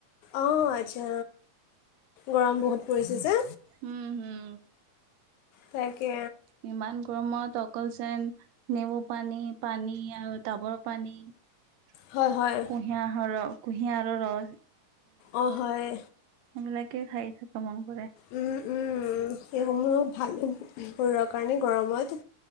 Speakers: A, on the left; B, on the right.
A: অঁ আচ্ছা গৰম বহুত পৰিছে যে
B: উম, হম।
A: তাকে
B: ইমান গৰমত অকলযেন নেমু পানী, পানী আৰু ডাবৰ পানী, কুঁহিয়া
A: হয় হয়
B: সৰক কুঁহিয়াৰৰ ৰস।
A: অ', হয়।
B: সেইবিলাকে খাই থাকা মন কৰে।
A: উম, উম, সেইসমূহ ভাল শৰীৰৰ কাৰণে গৰমত।